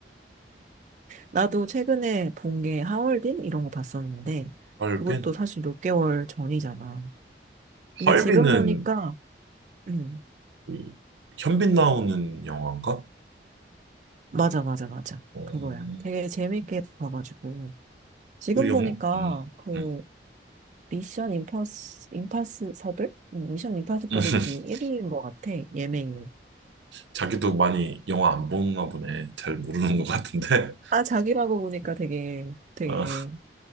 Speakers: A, on the right; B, on the right.
A: 나도 최근에 본 게 하얼빈 이런 거 봤었는데
B: <laughs> 잘
A: 그것도 사실 몇 개월 전이잖아. 근데
B: 할비는
A: 지금 보니까 음,
B: 그 현빈 나오는 영화인가?
A: 맞아, 맞아, 맞아.
B: 어,
A: 그거야. 되게 재밌게 봐가지고. 지금
B: 그 영화?
A: 보니까
B: 음, 음.
A: 그
B: 음.
A: 미션 임파스, 임파서블? 응, 미션 임파서블이
B: <laughs>
A: 그 1위인 것 같아. 예매율.
B: 자기도 많이 영화 안 보나 보네. 잘 모르는 것 같은데.
A: 아, 자기라고 보니까 되게, 되게,
B: 아,